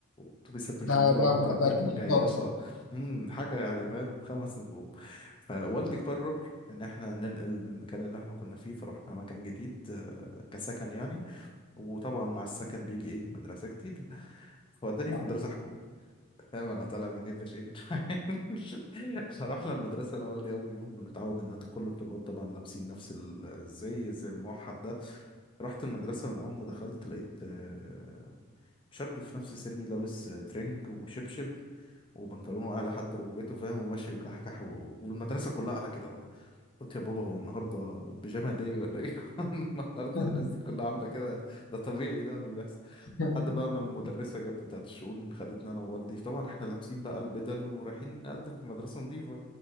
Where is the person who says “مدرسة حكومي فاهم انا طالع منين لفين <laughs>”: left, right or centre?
Left